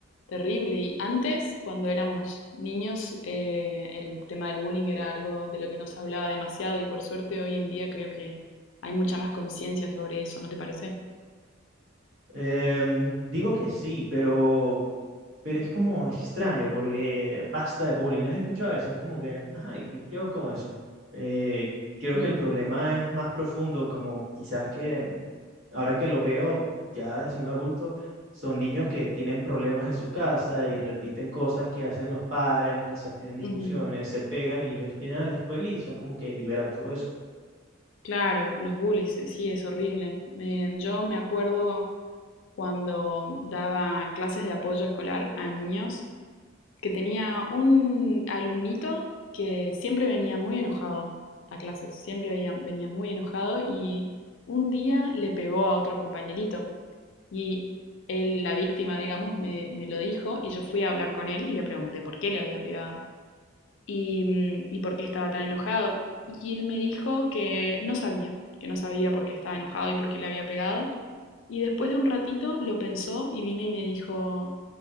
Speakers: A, on the left; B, on the right.
A: terrible. Y antes, cuando éramos niños, eh, el tema del bullying era algo de lo que no se hablaba demasiado y por suerte hoy en día creo que hay mucha más conciencia sobre eso, ¿no te parece?
B: Em, digo que sí, pero, pero es como extraño porque basta de bullying. ¿No ¿Has escuchado eso? Es como que, ajá, ¿y qué qué hago con eso? Eh, creo
A: Ujú.
B: que el problema es más profundo, como quizás que ahora que lo veo ya desde un adulto, son niños que tienen problemas en su casa y repiten cosas que hacen los padres, quizás tienen discusiones,
A: Ujú,
B: se pegan y ellos vienen a la escuela y son como que liberan todo eso.
A: Claro, los bullies, eh, sí, es horrible. Eh, yo me acuerdo cuando daba clases de apoyo escolar a niños que tenía un alumnito que siempre venía muy enojado a clases, siempre venía, venía muy enojado y un día le pegó a otro compañerito y él, la víctima, digamos, me, me lo dijo y yo fui a hablar con él y le pregunté por qué le había pegado y, mm, y por qué estaba tan enojado. Y él me dijo que no sabía, que no sabía por qué estaba enojado y por qué le había pegado. Y después de un ratito lo pensó y vino y me dijo,